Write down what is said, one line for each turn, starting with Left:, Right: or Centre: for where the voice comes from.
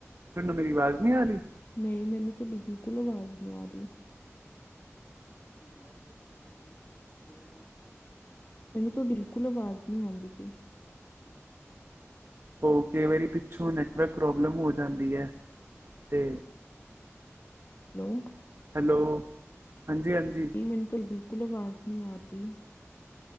Right: ਤੁਹਾਨੂੰ ਮੇਰੀ ਆਵਾਜ਼ ਨਹੀਂ ਆ ਰਹੀ
Left: ਨਹੀਂ, ਮੈਨੂੰ ਤੁਹਾਡੀ ਬਿਲਕੁਲ ਆਵਾਜ਼ ਨਹੀ ਆ ਰਹੀ। ਹੁਣ, ਆ ਰਹੀ ਹੈ? ਹੈਲੋ। ਮੈਨੂੰ ਤੇ ਬਿਲਕੁਲ ਆਵਾਜ਼ ਨੀ ਆੰਦੀ ਪੀ।
Right: ਓਕੇ ਮੇਰੀ ਪਿੱਛੋਂ ਨੈਟਵਰਕ ਪ੍ਰੋਬਲਮ ਹੋ ਜਾਂਦੀ ਐ। ਤੇ
Left: ਹੈਲੋ
Right: ਹੈਲੋ, ਹਾਂਜੀ ਹਾਂਜੀ।
Left: ਮੈਨੂੰ ਤੁਹਾਡੀ ਬਿਲਕੁਲ। ਕੋਲੋ ਵਾਜ਼ ਨੀ ਆਰਦੀ।